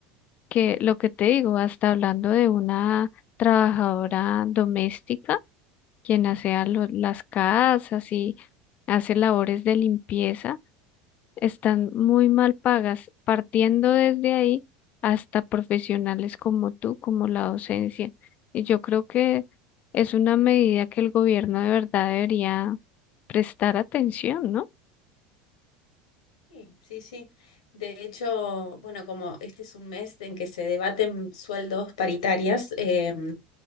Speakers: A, on the left; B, on the left.
A: Que lo que te digo, hasta hablando de una trabajadora doméstica. quien asea lo- las casas y hace labores de limpieza, están muy mal pagas, partiendo desde ahí hasta profesionales como tú, como la docencia. Y yo creo que es una medida que el gobierno de verdad debería prestar atención, ¿no?
B: Sí, sí, sí. De hecho, bueno, como este es un mes en que se debaten sueldos paritarias, eh,